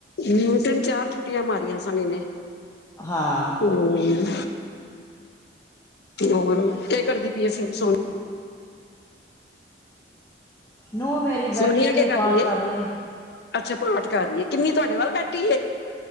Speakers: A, on the left; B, on the left.
A: ਨਿਊਟਨ ਚਾਰ ਛੁੱਟੀਆਂ ਮਾਰੀਆਂ ਸਨ ਇਹਨੇ।
B: ਹਾਂ
A: ਹਮ, ਹੋਰ, ਇਹ ਕਰਦੀ ਪਈ ਅਸੀ ਸੋ
B: ਨੂੰਹ ਮੇਰੀ
A: ਸੋਨੀਆ
B: ਬੈਠੀ
A: ਕੀ
B: ਆ ਪਾਠ
A: ਏ
B: ਕਰ ਰਹੀ ਆ।
A: ਅੱਛਾ ਪਾਠ ਕਰਹੀਏ ਗਿੰਨੀ ਤੁਹਾਡੇ ਵੱਲ ਬੈਠੀ ਏ।